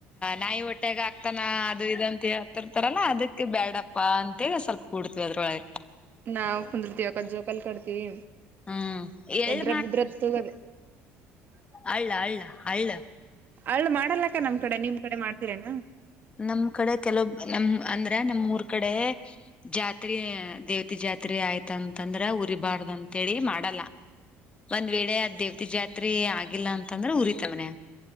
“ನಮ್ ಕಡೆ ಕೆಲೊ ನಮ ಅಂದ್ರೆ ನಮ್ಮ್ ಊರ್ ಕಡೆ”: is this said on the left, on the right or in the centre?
Left